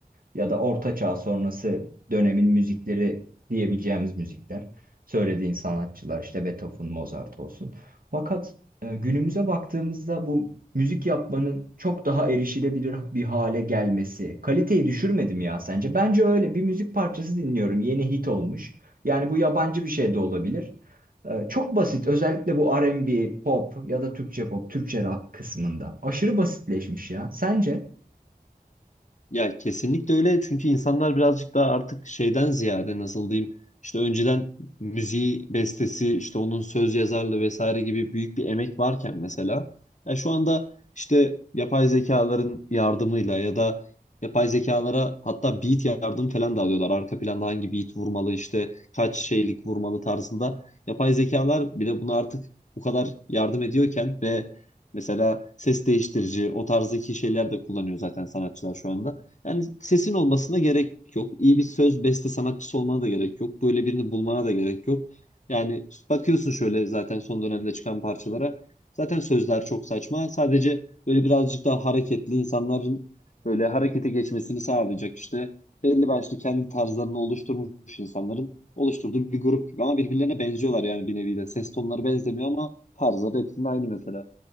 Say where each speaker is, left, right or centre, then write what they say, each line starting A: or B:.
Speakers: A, on the right (about 65°); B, on the left (about 50°).
A: ya da orta çağ sonrası dönemin müzikleri diyebileceğimiz müzikler. Söylediğin sanatçılar işte Beethoven, Mozart olsun. Fakat e, günümüze baktığımızda bu müzik yapmanın çok daha erişilebilir bir hale gelmesi kaliteyi düşürmedi mi ya sence? Bence öyle. Bir müzik parçası dinliyorum. Yeni hit olmuş. Yani bu yabancı bir şey de olabilir. Ee, Çok basit. Özellikle bu R&B, pop ya da Türkçe pop, Türkçe rock kısmında. Aşırı basitleşmiş ya. Sence?
B: Ya kesinlikle öyle çünkü insanlar birazcık daha artık şeyden ziyade nasıl diyeyim işte önceden müziği bestesi işte onun söz yazarlığı vesaire gibi büyük bir emek varken mesela ya şu anda işte yapay zekaların yardımıyla ya da yapay zekalara hatta beat yardım falan da alıyorlar. Arka planda hangi beat vurmalı işte kaç şeylik vurmalı tarzında yapay zekalar bile buna artık bu kadar yardım ediyorken ve mesela ses değiştirici o tarzdaki şeyler de kullanıyor zaten sanatçılar şu anda. Yani sesin olmasına gerek yok. İyi bir söz beste sanatçısı olmana da gerek yok. Böyle birini bulmana da gerek yok. Yani bakıyorsun şöyle zaten son dönemde çıkan parçalara. Zaten sözler çok saçma. Sadece böyle birazcık daha hareketli insanların böyle harekete geçmesini sağlayacak işte. Belli başlı kendi tarzlarını oluşturmuş insanların oluşturduğu bir grup gibi ama birbirlerine benziyorlar yani bir nevi de. Ses tonları benzemiyor ama tarzları hepsinin aynı mesela.